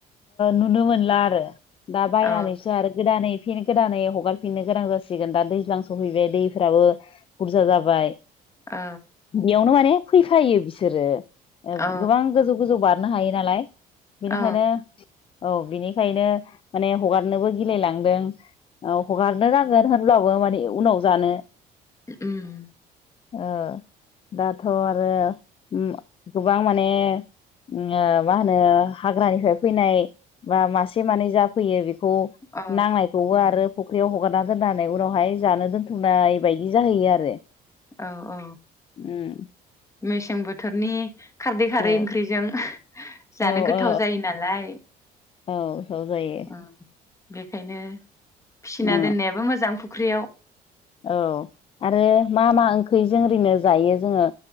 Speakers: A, on the left; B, on the left.
A: नुनो मोनला आरो। दा बायनानैसो
B: औ
A: आरो गोदानै। फिन गोदानै हगारफिननो गोनां जा सिगोन दा दैज्लां सहैबाय दैफोराबो बुरजा जाबाय।
B: औ
A: यावनो माने। फैफायो बिसोरो। ओ‌
B: औ
A: गोबां गोजौ-गोजौ बार। हायो नालाय। बेनिखायनो।
B: औ
A: औ बिनिखायनो माने हगारनोबो गिलायलांदों। औ हगार। <unintelligible> होनब्लाबो माने उनाव जानो।
B: उम।
A: ओ दाथ आरो उम गोबां माने उम ओ मा होनो हाग्रानिफ्राय फैनाय बा मासे मानै जाफैयो बेखौ। खौ
B: औ
A: नांनायखौबो आरो। फख्रियाव हगार दोननानै उनावहाय जानो दोनथुमनाय बायदि जाहैयो आरो।
B: औ औ।
A: उम
B: मेसें बोथोरनि। खारदै खारै
A: औ
B: ओंख्रिजों जानो
A: औ
B: गोथाव
A: औ
B: जायो नालाय।
A: औ। <unintelligible> जायो।
B: उम बेखायनो। फिना
A: औ
B: दोननायाबो मोजां ख्रियाव
A: औ आरो मा मा ओंख्रि जों ओरैनो जायो जोङो